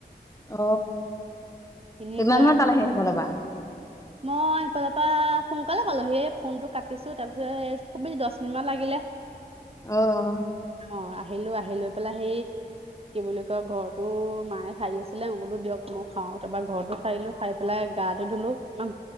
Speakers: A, on the left; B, on the right.
A: অ,
B: এনে
A: কিমান
B: এইবিলাক
A: মত পালেহি সেইফালৰপৰা?
B: মই সেফালৰ পৰা সোনকালে পালোহি, সেই ফোনটো কাটিছো তাৰপিছত এ খুবেই দশ মিনিট মান লাগিলে।
A: আহ আহ
B: অ আহিলো আহি লৈ পেলাই সেই কি বুলি কয় ঘৰতো মায়ে সাই আছিলে মবোতো দিয়ক মই হাও তাৰপৰা ঘৰতো হাৰিলো সাই পেলাই গাটো ধুলো ইমান